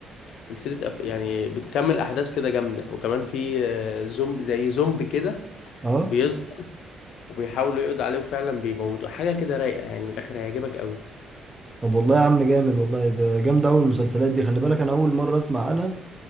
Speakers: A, on the left (about 80°); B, on the right (about 15°).
A: وسلسلة أف... يعني بتكمل احداث كده جامدة وكمان في آه، زومبي زي زومبي كده
B: اه
A: بيظهر وبيحاولوا يقضوا عليه وفعلا بيموتوا حاجة كده رايقة يعني من الاخر هيعجبك قوي
B: طب والله يا عم جامد والله ده جامد اول المسلسلات دي خلي بالك انا اول مره اسمع عنها